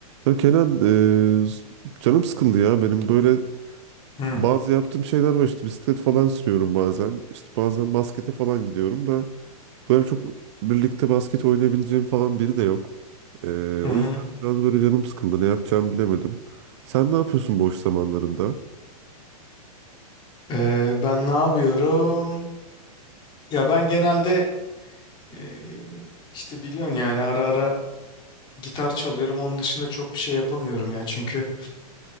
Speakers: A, on the right; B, on the left.
A: Ya Kenan eee, canım sıkıldı ya benim böyle
B: Hı
A: bazı yaptığım şeyler var işte bisiklet falan sürüyorum bazen işte bazen baskete falan gidiyorum da böyle çok birlikte basket oynayabileceğim falan biri de yok. Eee,
B: hı. hı.
A: o yüzden biraz böyle canım sıkıldı ne yapacağımı bilemedim. Sen ne yapıyorsun boş zamanlarında?
B: Ee, ben ne yapıyorum? Ya ben genelde e, işte biliyorsun yani ara ara gitar çalıyorum. Onun dışında çok bir şey yapamıyorum ya. Çünkü